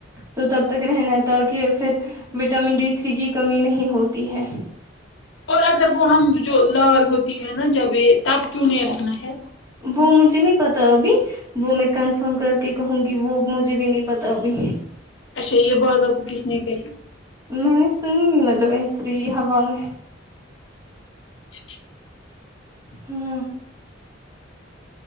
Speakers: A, on the right; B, on the left.
A: تو تب تک رہنا ہے تاکہ پھر وٹامن ڈی تری کی کمی نہیں ہوتی ہے
B: اور اگر وہ ہم جو لال ہوتی ہے نا جب یہ تب کیوں نہیں رہنا ہے
A: وہ مجھے نہیں پتا ابھی وہ میں کنفرم کر کے کہوںگی وہ مجھے بھی نہیں پتا ابھی
B: اچھا یہ بات آپکو کس نے کہی
A: میں نے سنی مطلب ایسی ہی ہوا میں
B: اچھا ٹھیک۔
A: ھمم